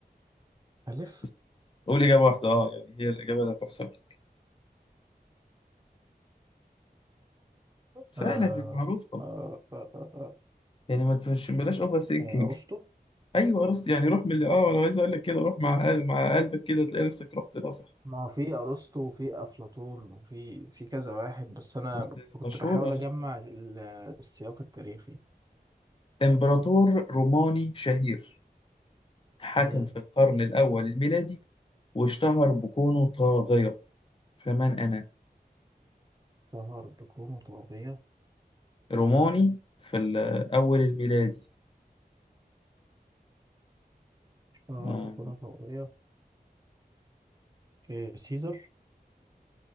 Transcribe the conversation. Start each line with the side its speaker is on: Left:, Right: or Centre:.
Right: ألف
Left: بس قول إجابة واحدة أه يعني هي الإجابة اللي هتحسب لك
Right: آه
Left: سهلة
Right: آه
Left: دي معروفة
Right: آه آه آه
Left: يعني ما تفش بلاش أوفر سينكينج
Right: آه، أرسطو
Left: أيوه أرسط يعني روح من اللي أه أنا عايز أقول لك كده روح مع قل- مع قلبك كده تلاقي نفسك رحت ده صح
Right: ما هو في أرسطو وفي أفلاطون وفي في كذا واحد بس أنا
Left: بس
Right: ب- كنت
Left: مشهور
Right: بحاول
Left: أرسطو
Right: أجمع ال- السياق التاريخي
Left: إمبراطور روماني شهير حكم
Right: امم
Left: في القرن الأول الميلادي واشتهر بكونه طاغية فمن أنا
Right: شهر بكونه طاغية
Left: روماني في الأول الميلادي
Right: شهر
Left: آه
Right: بكونه طاغية إيه سيزر